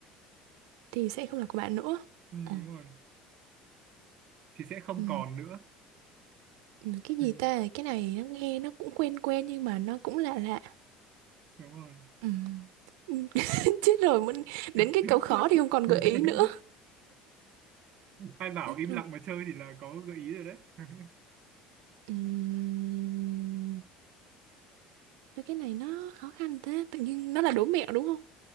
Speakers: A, on the right; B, on the right.
A: thì sẽ không là của bạn nữa
B: Ừm,
A: ừ.
B: đúng rồi. Thì sẽ không
A: Ừ.
B: còn nữa.
A: Ừ, cái gì
B: Ừm,
A: ta cái này nó nghe nó cũng quen quen nhưng mà nó cũng lạ lạ
B: đúng rồi.
A: ừ. Ừ, <laughs> chết rồi mình
B: <laughs>
A: đến cái câu khó thì không còn gợi ý nữa
B: Ai bảo
A: chết
B: im
A: rồi
B: lặng mà chơi thì là có gợi ý rồi đấy. <laughs>
A: Ừm, thôi cái này nó khó khăn thế tự nhiên nó là đố mẹo đúng không